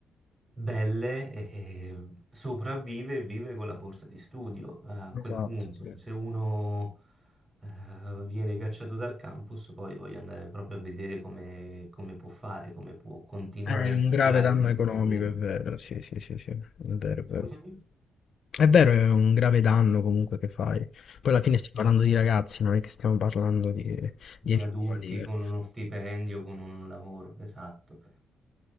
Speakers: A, on the right (about 20°); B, on the left (about 60°).
A: belle, e, e sopravvive e vive con la borsa di studio. Eh, a quel
B: esatto,
A: punto,
B: sì.
A: se uno eh, viene cacciato dal campus, poi voglio andare proprio a vedere come, come può fare, come può continuare
B: È un
A: a studiare
B: grave danno
A: senza
B: economico,
A: problemi.
B: è vero, sì, sì, sì, sì, è vero, è vero.
A: Scusami?
B: È vero, è un grave danno comunque che fai. Poi alla fine stiamo parlando di ragazzi, non è che stiamo parlando di,
A: di
B: di animali.
A: adulti
B: eh.
A: con uno stipendio, con un lavoro, esatto.